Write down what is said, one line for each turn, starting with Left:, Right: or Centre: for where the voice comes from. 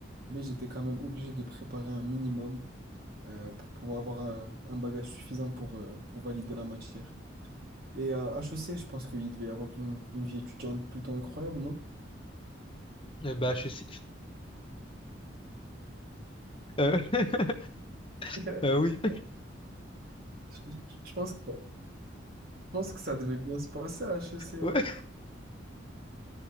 Right: mais j'étais quand même obligé de préparer un minimum euh, pour pouvoir avoir un, un bagage suffisant pour, euh, pour valider la matière. Et à HEC, je pense qu'il devait y avoir une, une vie étudiante plutôt incroyable, non?
Left: Eh bah HEC <laughs> euh, <laughs>
Right: <laughs>
Left: euh, oui
Right: Je, je pense que, je pense que ça devait bien se passer à HEC, non?
Left: ouais
Right: Tu